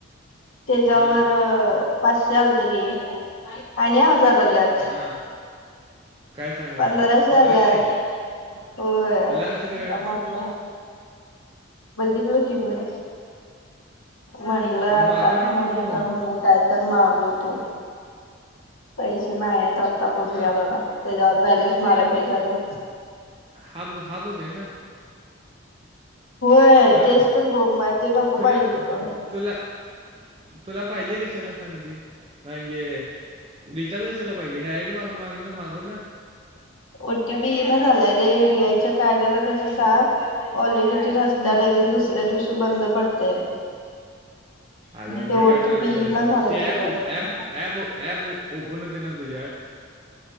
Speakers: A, on the left; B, on the right.
A: त्याच्यावर
B: हां
A: पाचशे आलंत गे आणि हजार <inaudible>
B: हां काय सांगायलास
A: पंधराशे आल्यात
B: आहेत?
A: होय, आ
B: तुला कसं कळलं
A: मम्मी. बघितलं कि म म्हटलं
B: मग
A: आता
B: मागव ना मग
A: मम्मी
B: तू
A: का मम्मी काय तर मागवतो पैसे नाही आहेत आता, बघूया
B: हां
A: जरा त्याच्यावर बॅलेन्स मारा पाहिज ज.
B: हब हब दे ना
A: होय
B: आय
A: तेच तर बोंब आहे ते नको
B: खरं
A: पाहिजे होतं
B: तुला. तुला पाहिजे कशाला सांगते म्हे रिचार्ज कशाला पाहिजे डायरेक्टग मार ना मागून ना
A: ओटी पी येइना झालंय रे, व्हीआयच्या कार्डाला तसं सांग. ऑलेडिटी असत्या लगेच, दुसऱ्या दिवशी बंद पडतय.
B: अगं
A: ते
B: मी काय
A: ओ
B: म्हणाले
A: टी पी
B: कळ
A: येईना झालंय
B: ती ॲप
A: तेच्यावर.
B: ॲप ॲप ॲप ओपन होते ना तुझ्यात